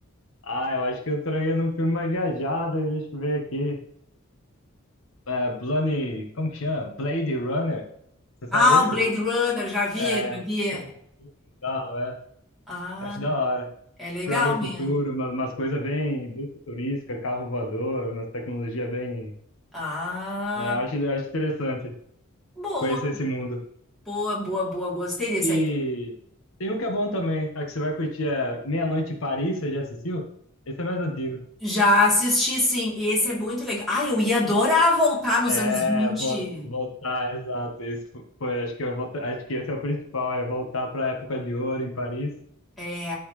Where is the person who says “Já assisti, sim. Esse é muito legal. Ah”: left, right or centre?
Centre